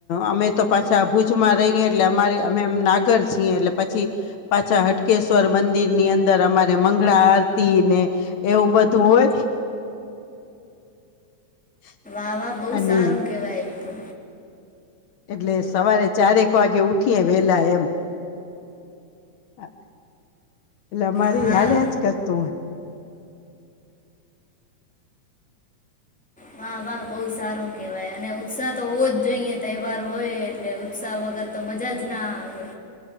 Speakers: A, on the left; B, in the centre.
A: અમે તો પાછા ભુજમાં રહીએ એટલે અમારે અમે એમના નાગર છીએ એટલે પછી પાછા હટકેશ્વર મંદિરની અંદર અમારે મંગળા આરતી ને એવું બધું હોય. <inaudible>
B: આવા બહુ
A: અને
B: સારું કેવાય ઈ તો.
A: એટલે સવારે ચારેક વાગે ઉઠીએ વેલા એમ. એટલે અમારી
B: હા
A: હલે જ કરતું હોય.
B: વાહ વાહ બઉ બહુ સારું કેવાય અને ઉત્સાહ તો હોવો જ જોઈએ તહેવાર હોય એટલે ઉત્સાહ વગર તો મજા જ ના હા એ